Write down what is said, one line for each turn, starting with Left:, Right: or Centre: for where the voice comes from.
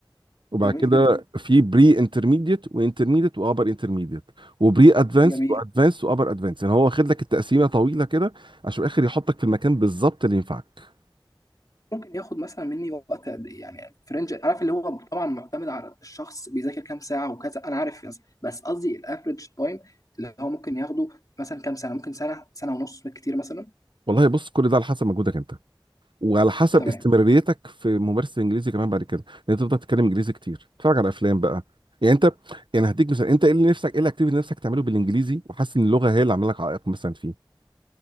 Right: وبعد
Left: جميل
Right: كده
Left: جدا
Right: في بري انترميديت وانترميديت وابر انترميديت وبري ادفانس
Left: جميل
Right: وادفانس وابر ادفانس يعني هو واخد لك التقسيمه طويله كده عشان في الاخر يحطك في المكان بالظبط اللي ينفعك
Left: ممكن ياخد مثلا مني وقت قد ايه يعني في رينج عارف اللي هو طبعا معتمد على الشخص بيذاكر كام ساعه وكذا انا عارف بس بس قصدي الافريج تايم اللي هو ممكن ياخده مثلا كام سنه ممكن سنه سنه ونص بالكتير مثلا
Right: والله بص كل ده على حسب مجهودك انت وعلى حسب
Left: تمام
Right: استمراريتك في ممارسه الانجليزي كمان بعد كده لان انت تفضل تتكلم انجليزي كتير تتفرج على افلام بقى يعني انت يعني هديك مثال انت ايه اللي نفسك ايه الاكتيفيتي اللي نفسك تعمله بالانجليزي وحاسس ان اللغه هي اللي عامله لك عائق مثلا فيه